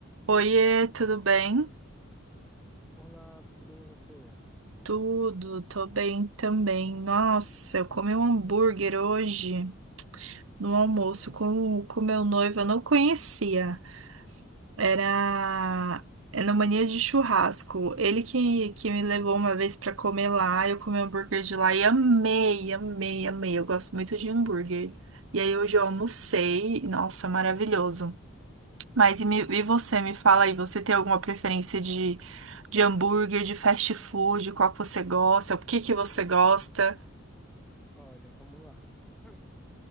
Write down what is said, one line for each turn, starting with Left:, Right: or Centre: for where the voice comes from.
Right: Oiê, tudo bem?
Centre: Olá, tudo bem e você?
Right: Tudo, tô bem também. Nossa, eu comi um hambúrguer hoje no almoço
Centre: Sério?
Right: com o meu noivo, eu não conhecia. Era, era mania de churrasco. Ele que, que me levou uma vez pra comer lá, eu comi um hambúrguer de lá e amei, amei, amei. Eu gosto muito de hambúrguer. E aí hoje eu almocei, nossa, maravilhoso. Mas e, me- e você, me fala aí, você tem alguma preferência de, de hambúrguer, de fast food, qual que você gosta, o que que você gosta?
Centre: Olha, vamos lá. <clears throat>